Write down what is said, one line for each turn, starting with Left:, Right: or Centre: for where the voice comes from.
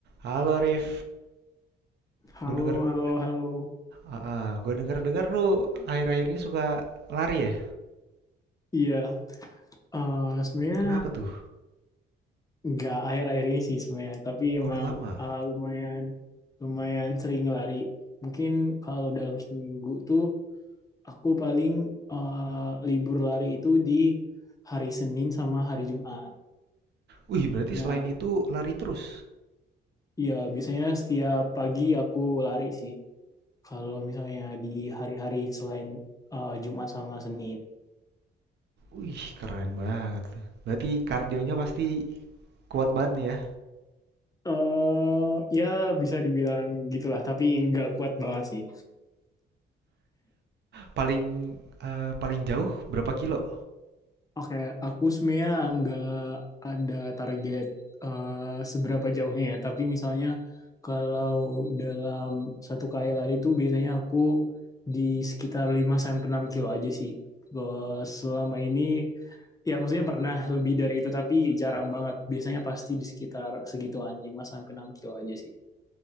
Right: Halo Rif,
Left: Halo,
Right: gue denger,
Left: halo, halo.
Right: ah, ah, gue denger dengar lu akhir-akhir ini suka lari ya?
Left: Iya, eh, sebenarnya
Right: Kenapa tuh?
Left: nggak akhir-akhir ini sih sebenarnya, tapi
Right: Oh
Left: emang
Right: udah lama.
Left: eh, lumayan lumayan sering lari. Mungkin kalau dalam seminggu tuh aku paling eh, libur lari itu di hari Senin sama hari Jumat.
Right: Wih berarti
Left: Nah,
Right: selain itu lari terus.
Left: iya biasanya setiap pagi aku lari sih. Kalau misalnya di hari-hari selain eh, Jumat sama Senin.
Right: Wih keren banget. Berarti kardionya pasti kuat banget nih ya.
Left: eh ya bisa dibilang gitulah, tapi nggak kuat banget sih.
Right: Paling eh, paling jauh berapa kilo?
Left: Oke, aku sebenarnya nggak ada target eh, seberapa jauhnya ya. Tapi misalnya kalau dalam satu kali lari itu biasanya aku di sekitar lima sampai enam kilo aja sih. Eh, Selama ini, ya maksudnya pernah lebih dari itu, tapi jarang banget. Biasanya pasti di sekitar segituan, lima sampai enam kilo aja sih.